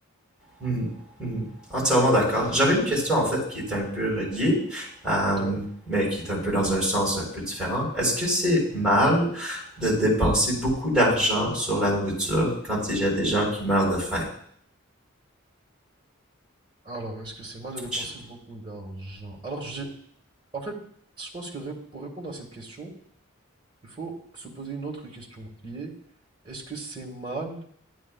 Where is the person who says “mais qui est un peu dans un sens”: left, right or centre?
Centre